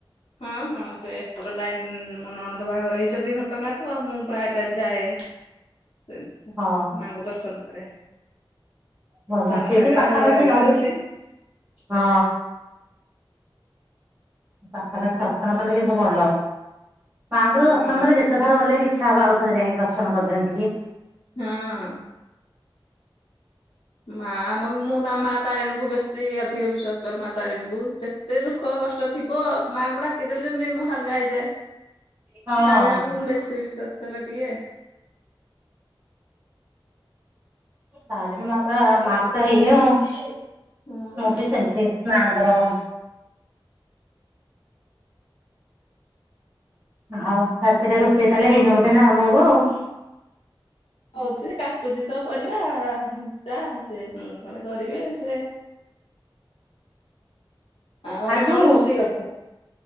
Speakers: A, on the left; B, on the right.
A: ହଁ ହଁ ସେ ଏପଟ ଲାଇନ୍ ମୋ ନଣନ୍ଦ ବାହାଘର ହେଇଛନ୍ତି ଘଟଗାଁ ତ ମୁଁ ପ୍ରାୟ ଟାଇମ ଯାଏ।
B: ହଁ
A: ମାଙ୍କୁ ଦର୍ଶନ କରେ।
B: ଭଲ
A: ସାନ
B: ସେଇଠି
A: ଘାଗରା
B: ପାଖାପାଖି
A: ବଡ ଘାଗରା
B: ରହି
A: ଅଛି
B: ହଁ। ପାଖାପାଖି ଦର୍ଶନ କଲେ କିନ୍ତୁ ଭଲ ମାଙ୍କୁ ଦର୍ଶନ
A: ହଁ
B: କଲେ ଯେତେ ଥର ଗଲେ ବି ଇଚ୍ଛା ହବ ଆଉଥରେ ଯାଇକି ଦର୍ଶନ କରିଦିଅନ୍ତି କି।
A: ହଁ। ମା ମ ମୁଁ ତ ମା ତାରିଣୀକୁ ବେଶୀ ଅଧିକ ବିଶ୍ଵାସ କରେ ମା ତାରିଣୀକୁ ଯେତେ ଦୁଃଖ କଷ୍ ଟ ଥିବ ମାଆଙ୍କୁ ଡାକିଦେଲେ ଯେମିତି ମୁଁ ହାଲକା ହେଇଯାଏ।
B: ହଁ
A: ତାରିଣାଙ୍କୁ ମୁଁ ବେଶୀ ବିଶ୍ଵାସ କରେ ଟିକେ।
B: ତାରିଣୀ ମା ପରା ମା ପୁରା ଇଏ ମୁଁ
A: ହଁ।
B: ବି ସେମିତି ମାଁଙ୍କର ହଉ ରାତିରେ ରୋଷେଇ ତାହେଲେ ହେଇନି ବୋଧେ ଏଇନା ଆରମ୍ଭ ହବ ଆଉ?
A: କହୁଥିଲି କାଟୁଛି ତ ପରିବା ଯା ସେ ମୁଁ କଣ କରିବି ସେ ଆଉ
B: ଖାଇଛୁ?
A: ଆଜି କଣ ରୋଷେଇ କରିଛ?